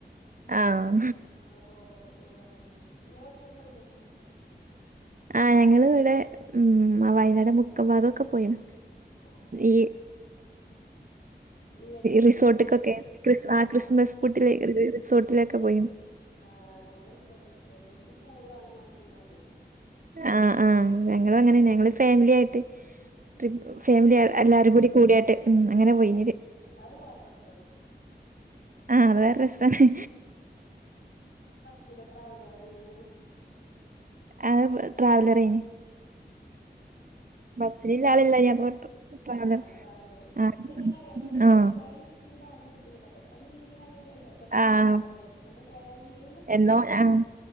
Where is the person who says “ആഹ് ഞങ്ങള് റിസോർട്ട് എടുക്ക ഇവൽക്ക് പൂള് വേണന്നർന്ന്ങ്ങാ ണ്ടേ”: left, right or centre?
Left